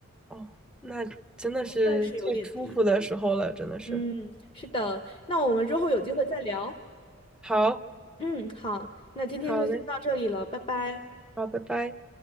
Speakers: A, in the centre; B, on the left.
A: 哦，那真的是最舒服的时候了，
B: 还算是有点低。
A: 真的是。
B: 嗯，是的，那我们之后有机会再聊。
A: 好，
B: 嗯，好，那今天就先到这里了，
A: 好嘞，
B: 拜拜。
A: 好，拜拜。